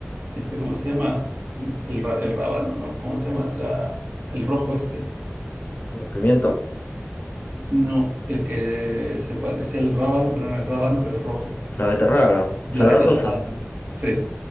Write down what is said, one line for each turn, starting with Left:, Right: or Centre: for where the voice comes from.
Right: este, ¿cómo se llama? El, el ra- el rábano, ¿no? ¿Cómo se llama? La, el rojo este.
Left: Eh, pimiento,
Right: No, el que se parece al rábano, pero no es rábano, pero es rojo.
Left: la beterraga, ensalada
Right: La beterraga,
Left: rosa.
Right: sí.